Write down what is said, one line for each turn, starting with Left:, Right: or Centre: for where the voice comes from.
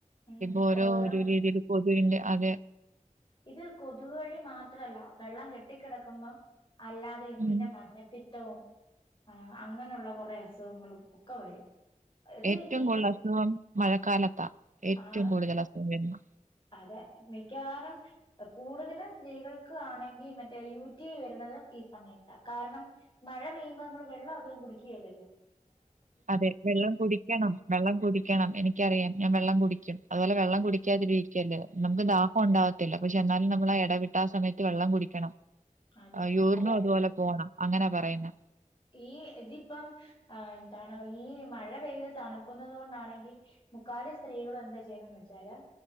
Left: ഉം
Right: ഇപ്പൊ ഓരോ
Left: ഓരോന്ന്
Right: ഓരോ രീതിയിൽ കൊതുകിന്റെ അതെ
Left: ഇത് കൊതുക് വഴി മാത്രല്ല വെള്ളം കെട്ടിക്കിടക്കുമ്പം അല്ലാതെയും പിന്നെ
Right: ഉം
Left: മഞ്ഞപ്പിത്തവും ആ അങ്ങനെയുള്ള കുറെ അസുഖങ്ങളും ഒക്ക വരും ഇത്
Right: ഏറ്റവും
Left: ഈ
Right: കൂടുതൽ അസുഖം മഴക്കാലത്താ ഏറ്റവും
Left: ആണ്
Right: കൂടുതൽ അസുഖം വുന്ന
Left: അതെ മിക്കവാറും കൂടുതലും സ്ത്രീകൾക്ക് ആണെങ്കി മറ്റേ യുറ്റി വരുന്നതും ഈ സമയത്താ കാരണം മഴ പെയ്യുമ്പോ നമ്മൾ വെള്ളം അധികം കുടിക്കുകയില്ലല്ലോ
Right: അതെ വെള്ളം കുടിക്കണം വെള്ളം കുടിക്കണം എനിക്കറിയാം ഞാൻ വെള്ളം ടിക്കും അതുപോലെ വെള്ളം കുടിക്കാതിരിക്കലും നമുക്കു ദാഹം ഉണ്ടാവാതില്ല പക്ഷേ എന്നാലും നമ്മൾ ഇടവിട്ട് ആ സമയത്ത് വെള്ളം കുടിക്കണം.
Left: അതെ
Right: ആഹ് യൂറിനും
Left: അതെ
Right: അതുപോലെ പോണം. അങ്ങനാ പറയുന്നെ.
Left: അ ഈ ഇതിപ്പം ആ എന്താ ഈ മഴ പെയ്ത് തണുക്കുന്നുന്നത് കൊണ്ടാണെങ്കി മുക്കാലും സ്ത്രീകളെ എന്താ ചെയ്യുന്നതെന്ന് വെച്ചാല്